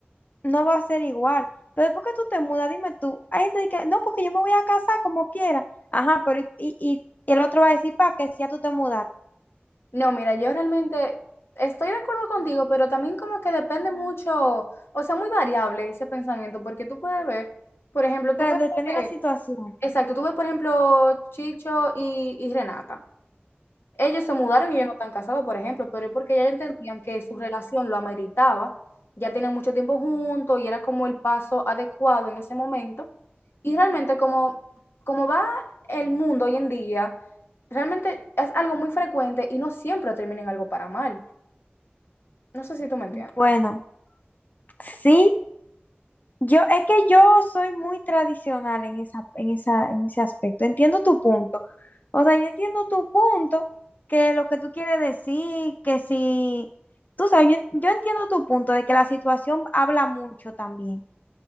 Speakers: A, on the left (about 45°); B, on the left (about 75°).
A: no va a ser igual. Pero después que tú te mudas, dime tú, hay gente que, no, porque yo me voy a casar como quiera. Ajá, pero y, y, y el otro va a decir, para que si ya tú te mudas. O
B: no, mira, yo realmente estoy de acuerdo contigo, pero también como que depende mucho, o sea, muy variable ese pensamiento, porque tú puedes ver, por ejemplo, tú
A: sea,
B: ves,
A: depende de
B: eh,
A: la situación.
B: exacto, tú ves, por ejemplo, Chicho y, y Renata. Ellos se mudaron y ellos no están casados, por ejemplo, pero es porque ya entendían que su relación lo ameritaba, ya tenían mucho tiempo juntos y era como el paso adecuado en ese momento. Y realmente como, como va el mundo hoy en día, realmente es algo muy frecuente y no siempre termina en algo para mal. No sé si tú me entiendes.
A: Bueno, sí, yo, es que yo soy muy tradicional en esa, en esa, en ese aspecto. Entiendo tu punto. O sea, yo entiendo tu punto, que lo que tú quieres decir, que si, tú sabes, yo, yo entiendo tu punto de que la situación habla mucho también.